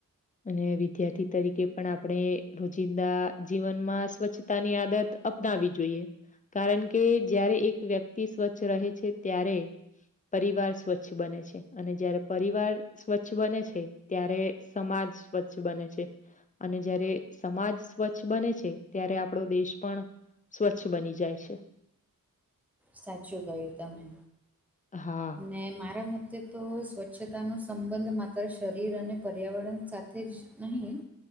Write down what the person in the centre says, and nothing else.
સાચું કહ્યું તમે.
ને મારા મતે તો સ્વચ્છતાનો સંબંધ માત્ર શરીર અને પર્યાવરણ સાથ થેજ નહી